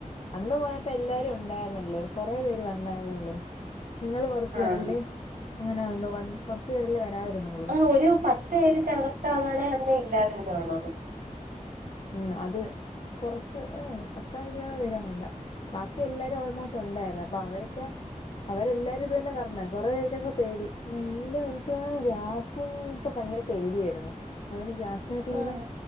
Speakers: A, on the left; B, on the right.
A: അന്ന് പോയപ്പോ എല്ലാരും ഉണ്ടായിരുന്നല്ലോ കുറെ പേര് വന്നായിരുന്നല്ലോ നിങ്ങൾ കൊറച്ചു പേരല്ലേ
B: ആഹ്
A: അങ്ങനെ എന്തോ കൊറച്ചു പേരെല്ലേ വരാതിരുന്നുളൂ
B: ആഹ് ഒരു പത്ത് പേരിനകത്താവാണേ അന്ന് ഇല്ലാതിരുന്നത് കാണോ
A: ഉം അത് കൊറച്ച് പത്താ ഇരൂപതാ പേരെങ്ങടാ ബാക്കി എല്ലാരും ഓൾമോസ്റ്റ് ഉണ്ടായിരുന്നു അപ്പൊ അവരൊക്കെ അവരെല്ലാരും ഇത് തന്നെ പറഞ്ഞെ കൊറേ പേര്ക്കൊക്കെ പേടി നിന്തോ എനിക്ക് തോന്ന്ണ് ജാസ് ഉം ഇൻക്ക് ഭയെങ്കെര പേടിയായ്‌ര്ന്ന് അതോണ്ട് ജാസ്മിനാെക്കെങ്ങെനെ
B: ആഹ്